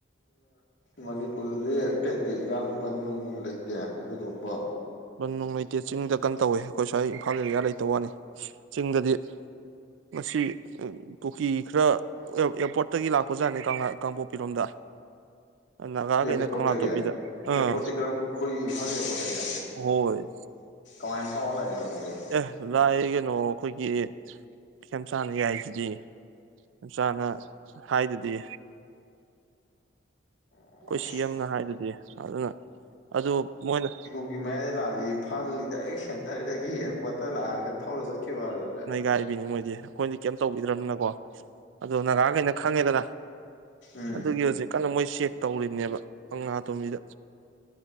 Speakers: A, on the left; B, on the right.
A: ꯃꯅꯤꯄꯨꯔꯗꯗꯤ ꯀꯩ ꯀꯩ ꯏꯔꯥꯡ ꯕꯟꯅꯨꯡ ꯂꯩꯇꯦ ꯊꯣꯏꯗꯣꯛꯄ꯫
B: ꯕꯟꯅꯨꯡ ꯂꯩꯇꯦ ꯆꯤꯡꯗ ꯀꯟꯅ ꯇꯧꯋꯦ ꯑꯩꯈꯣꯏ ꯁ꯭ꯋꯥꯏ ꯏꯝꯐꯥꯜ ꯑꯦꯔꯤꯌꯥ ꯂꯩꯇꯕ ꯋꯥꯅꯤ ꯆꯤꯡꯗꯗꯤ ꯉꯁꯤ ꯀꯨꯀꯤ ꯈꯔ ꯑꯦꯌꯥꯔꯄꯣꯔꯠꯇꯒꯤ ꯂꯥꯛꯄꯖꯥꯠꯅꯦ ꯀꯥꯡꯂꯥ ꯀꯥꯡꯄꯣꯛꯄꯤꯔꯣꯝꯗ꯫ ꯅꯥꯒꯥꯈꯩꯅ
A: ꯏꯌꯥꯔꯄꯣꯔꯠꯇꯒꯤ
B: ꯀꯪꯂꯥ ꯇꯣꯄꯤꯗ
A: ꯏꯌꯥꯔꯄꯣꯔꯠꯇꯤ
B: ꯑꯥ
A: ꯀꯔꯝ ꯑꯩꯈꯣꯏꯒꯤ ꯏꯝꯐꯥꯜ ꯏꯌꯥꯔꯄꯣꯔꯠꯇꯒꯤ꯫
B: ꯍꯣꯏ꯫
A: ꯀꯃꯥꯏꯅ ꯐꯥꯎꯔ ꯂꯥꯛꯏꯕ ꯃꯣꯏꯗꯤ꯫
B: ꯑꯦ ꯂꯥꯛꯏ ꯀꯩꯅꯣ ꯑꯩꯈꯣꯏꯒꯤ ꯈ‌ꯦꯝꯆꯥꯟꯅ ꯌꯥꯏꯁꯤꯗꯤ꯫ ꯈ‌ꯦꯝꯆꯥꯥꯟꯅ ꯍꯥꯏꯗꯨꯗꯤ꯫
A: ꯑꯣ
B: ꯑꯈꯣꯏ ꯁꯤ ꯑꯦꯝꯅ ꯍꯥꯏꯗꯨꯗꯤ ꯑꯗꯨꯅ ꯑꯗꯨ ꯃꯣꯏꯅ
A: ꯑꯗꯨꯒꯤ ꯃꯌꯥꯏꯗ ꯂꯥꯛꯑꯗꯤ ꯏꯝꯐꯥꯜꯗꯒꯤ ꯗꯥꯏꯔꯦꯛ ꯁꯦꯟꯇꯔꯗꯒꯤ ꯏꯌꯥꯔꯄꯣꯔꯠꯇ ꯂꯥꯛꯑꯒ ꯊꯧꯔ ꯆꯠꯈꯤꯕ ꯑꯗꯨꯗꯤ꯫
B: ꯒꯥꯏꯕꯤꯅꯤ ꯃꯣꯏꯗꯤ꯫ ꯑꯈꯣꯏꯗꯤ ꯀꯩꯝ ꯇꯧꯕꯤꯗ꯭ꯔꯕꯅꯤꯅꯀꯣ ꯑꯗꯣ ꯅꯥꯒꯥꯈꯩꯅ ꯈꯪꯉꯦꯗꯅ
A: ꯎꯝ
B: ꯑꯗꯨꯒꯤ ꯍꯧꯖꯤꯛ ꯀꯟꯅ ꯃꯣꯏ ꯆꯦꯛ ꯇꯧꯔꯤꯕꯅꯦꯕ ꯀꯪꯂꯥꯇꯣꯝꯕꯤꯗ